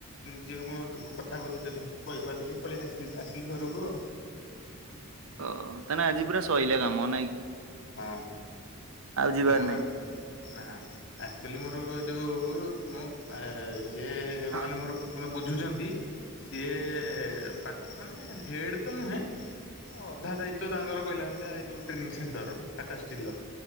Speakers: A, on the left; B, on the right.
A: ଯିଏ ମୋ କଥା ବୁଝୁଥିଲା କହି କଦକି ପଳେଇ ଆ ଆସିଲି ଘରକୁ ଆଉ।
B: ଓ ତାନେ ଆଜି ପୁରା ସଇଲା କାମ ନାଇଁକି?
A: ହଁ
B: ଯିବାର
A: ମୋର
B: ନାହିଁ।
A: ନା ଆକ୍ଚୁଲି ମୋର ଯୋଉ ମ ଆ ଯେ
B: ହଁ
A: ମାନେ ମୋର ମ ବୁଝୁଛନ୍ତି ସିଏ ପା ମାନେ ହେଡ ତ ନୁହେଁ ଅଧା ଦାୟିତ୍ବ ତାଙ୍କର କହିଲା ଭଳିଆ ଏଇ ଯୋଉ ଟ୍ରେନିଂ ସେଣ୍ଟରର। ଟାଟା ଷ୍ଟିଲ